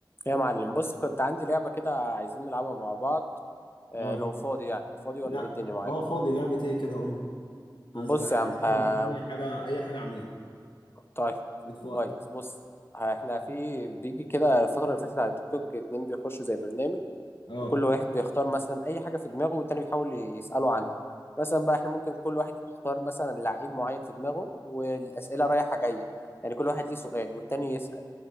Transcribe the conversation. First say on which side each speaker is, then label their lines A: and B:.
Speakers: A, on the left; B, on the left.
A: يا معلم بص كنت عندي لعبة كده عايزين نلعبها مع بعض آه
B: اه
A: لو فاضي يعني فاضي ولا
B: لا
A: ايه الدنيا معاك
B: اه فاضي لعبة ايه كده قول لي
A: بص
B: انا زهقان
A: يا عم
B: اساسا
A: آه
B: مستني حاجة اي حاجة اعملها
A: طيب
B: جيت في وقت
A: كويس بص احنا في بيجي كده الفترة اللي فاتت على التيك توك اتنين بيخشوا زي برنامج
B: اه
A: وكل واحد بيختار مثلا أي حاجة في دماغه والتاني بيحاول يسأله عنها مثلا بقى احنا ممكن كل واحد يختار مثلا لعيب معين في دماغه والأسئلة رايحة جاية يعني كل واحد ليه سؤال والتاني يسأل